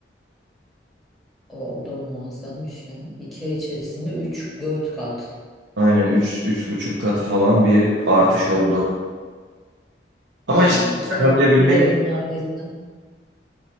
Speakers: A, in the centre; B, on the right.
A: O, o da muazzammış ya. İki ay içerisinde üç dört kat.
B: Aynen üç üç buçuk katı falan bir artış oldu. Ama
A: Yani
B: işte
A: iki
B: yakalayabilmek
A: ay bir evin neredeyse.